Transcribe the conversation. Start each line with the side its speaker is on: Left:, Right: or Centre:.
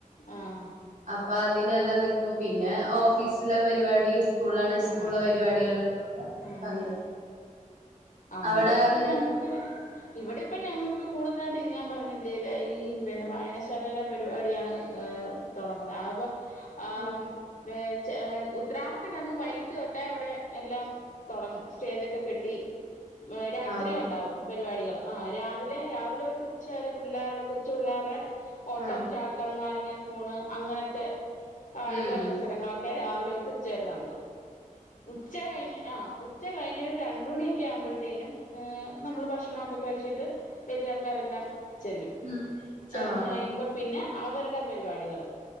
Left: ആഹ്
Right: അപ്പ അതിനെല്ലാം നിക്കും പിന്നെ ഓഫീസിലെ പരിപാടി സ്കൂളാണേ സ്കൂളിലെ
Left: ആഹ്
Right: പരിപാടികളിലേക്കൊക്കേ
Left: ആഹ്
Right: പങ്കെടു
Left: ആഹ്
Right: അവിടെ
Left: ഇവിടിപ്പൊ
Right: അങ്ങനെ
Left: ഞങ്ങക്ക് ഇവടി കൂടുതലായിട്ട് ഞാൻ പറഞ്ഞില്ലേ ല്ലെ ഈ പിന്നെ വായനശാലയിലെ പരിപാടിയാണ് ങ് തൊടങ്ങുന്നേ അപ്പം ആം
Right: ഉം
Left: വേ ചെ ഉത്രാണത്തിന്റെ അന്ന് വൈകിട്ട് തൊട്ടെ അവിടെ എല്ലാം തൊടങ്ങും സ്റ്റേജൊക്കെ കെട്ടി രാത്രിയൊണ്ടാവും
Right: ആഹ്
Left: പരിപാടികള് ആഹ് രാവിലെ രാവിലെ തൊട്ട് ഉച്ചവരെ പിള്ളേര്ടെ കൊച്ചു പിള്ളേരുടെ ഓട്ടം
Right: ആഹ്
Left: ചാട്ടം നാരങ്ങ സ്പൂണ് അങ്ങനത്തെ കായിക
Right: ഉം
Left: മത്സരങ്ങളൊ ക്കെ രാവിലെ തൊട്ട് ഉച്ചവരെ നടത്തും ഉച്ച കഴിഞ്ഞ് ആഹ് ഉച്ച കഴിഞ്ഞ് രൂ രണ്ടു മണി ക്കെ ആവുമ്പഴത്തേനും നമ്മള് ഭക്ഷണൊക്കെ കഴിച്ചിട്ട് ചെറിയ ആൾക്കാരെല്ലാം ചെല്ലും
Right: ഉം
Left: ചെന്ന്
Right: ആഹ്
Left: കഴിയുമ്പോ പിന്നെ അവരുടെ പരിപാടികള്